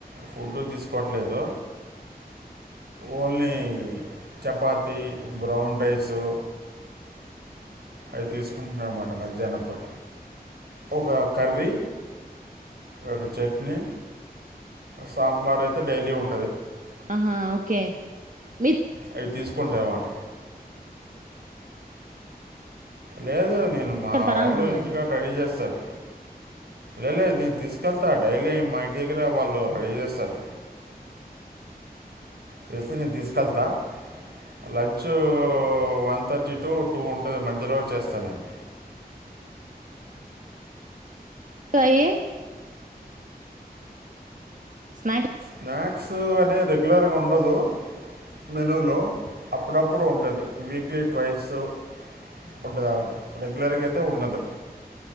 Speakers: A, on the right; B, on the right.
A: ఫుడ్ తీసుకోవట్లేదు ఓన్లీ చపాతి బ్రౌన్ రైసు అయితే తీసుకుంటన్నా మ మధ్యాహ్నం పూట ఒక కర్రీ ఒక చట్నీ సాంబార్ అయితే డైలీ ఉం
B: ఆహా ఓకే మీరు
A: అవి తీస్ కుంటే అన్నమాట లేదు నేను నేను
B: తీసుకెళ్తారా
A: మా ఆవలు
B: అంటున్నా
A: ఇంటిగా
B: నేను
A: రెడీ చేస్తారు అ లే దీ తీసుకెళ్తా డైలీ మా ఇంటి దగ్గర వాళ్ళు రడీ చేస్తారు
B: అవు
A: చేస్తే నేను తీసుకెళ్తా లంచ వన్ థర్టీ టు చుట్టూ ఉంటుంది మధ్యలో చేస్తా నేను
B: సయి స్నాక్స్
A: స్నాక్స్ అదే రెగ్యులర్గా ఉండదు మెనులో అప్పుడప్పుడు ఉంటది వీక్లీ ఫైసు ఉంటదన్ మాట రెగ్యులర్గా అయితే ఉండదు